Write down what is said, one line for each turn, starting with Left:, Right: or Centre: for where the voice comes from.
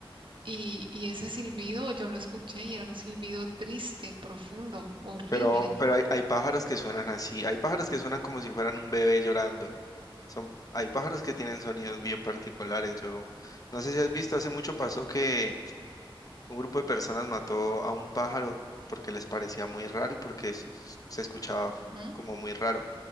Right: Y, y ese silbido yo lo escuché y era un silbido triste, profundo, horrible.
Left: Pero, pero hay, hay pájaros que suenan así, hay pájaros que suenan como si fueran un bebé llorando. Son, hay pájaros que tienen sonidos bien particulares. Yo no sé si has visto, hace mucho pasó que un grupo de personas mató a un pájaro porque les parecía muy raro y porque s- s- se escuchaba
Right: Ujú.
Left: como muy raro.